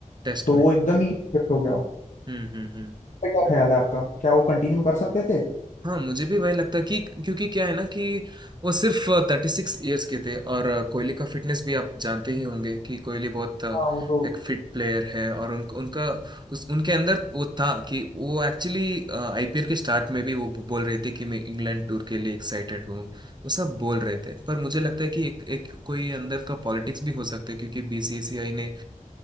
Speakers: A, on the right; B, on the left.
A: टेस्ट
B: तो
A: में
B: वो एकदम ही shift हो गया हो
A: हम्म हम्म हम्म
B: क्या ख्याल है आपका क्या वो कंटिन्यू कर सकते थे
A: हाँ मुझे भी वही लगता है कि क्योंकि क्या है ना कि वो सिर्फ थर्टी सिक्स ईयर्स के थे और अ, कोहली का फिटनेस भी आप जानते ही होंगे कि कोहली बहुत अ,
B: हाँ वो तो
A: एक फिट प्लेयर है और उन, उनका उस उनके अंदर वो था कि वो एक्चुअली आईपीएल के स्टार्ट में भी वो बोल रहे थे कि मैं इंग्लैंड टूर के लिए एक्साइटेड हूँ वो सब बोल रहे थे पर मुझे लगता है कि एक, एक कोई अंदर का पॉलिटिक्स भी हो सकता है क्योंकि बीसीसीआई ने